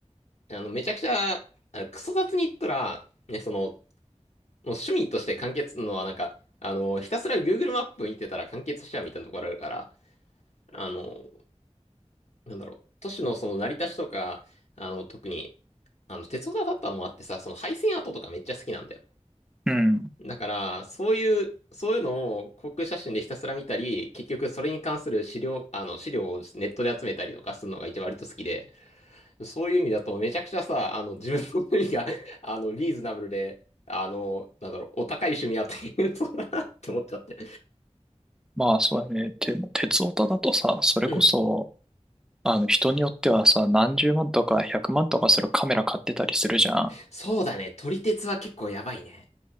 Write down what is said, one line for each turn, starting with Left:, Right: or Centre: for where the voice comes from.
Left: あの、めちゃくちゃ、あクソ雑に言ったら、ね、その、もう趣味として完結のは、なんか、あの、ひたすら Google マップ見てたら完結しちゃうみたいなところあるから、あの、なんだろう、都市のその成り立ちとか、あの、特に、あの、鉄オタだったのもあってさ、その廃線跡とかめっちゃ好きなんだよ。
Centre: うん。
Left: だから、そういう、そういうのを航空写真でひたすら見たり、結局それに関する資料、あの、資料をネットで集めたりとかするのが一番割と好きで、そういう意味だと、めちゃくちゃさ、あの、自分の趣味が <laughs> あの、リーズナブルで、あの、なんだろう、お高い趣味やっていうそうだなって思っちゃって。
Centre: まあそうだね。でも、鉄オタだとさ、それこそ、
Left: うん。
Centre: あの人によってはさ、何十万とか百万とかするカメラ買ってたりするじゃん。
Left: そうだね。撮り鉄は結構やばいね。